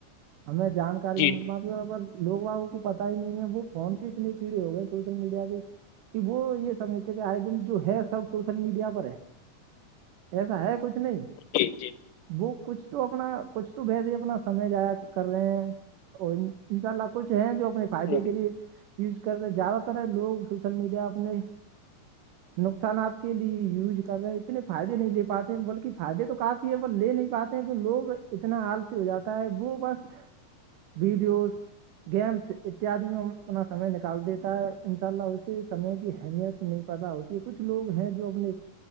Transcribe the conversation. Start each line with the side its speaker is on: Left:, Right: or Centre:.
Right: ہمیں جانکاریات
Left: جی
Right: لوگ وگوں کو پتا ہی نہیں ہے وہ فون کے اتنے کیڑے ہو گئے سوشل میڈیا کے کہ وہ یہ سمجھتے کہ آئے دن جو ہے سب سوشل میڈیا پر ہے ایسا ہے کچھ نہیں
Left: جی جی
Right: وہ کچھ تو اپنا کچھ تو بہس ہی اپنا سمے جایا کر رہے ہیں اور ان شاء اللہ کچھ ہے جو اپنے فائدے
Left: جی
Right: کے لیے یوز کر رہ ہیں زیادہ تر لوگ سوشل میڈیا اپنے نقصانات کے لیے یوز کر رہے ہیں اتنے فائدے نہیں لے پاتے ہیں بلکہ فائدے تو کافی ہیں پر لے نہیں پاتے ہیں کہ لوگ اتنا حال سے ہو جاتا ہے وہ بس ویڈیوز گیمس اتیادی میں اپنا سمے نکال دیتا ہے ان شاء اللہ اسی سمے کی اہمیت نہیں پتا ہوتی ہے کچھ لوگ ہیں جو اپنے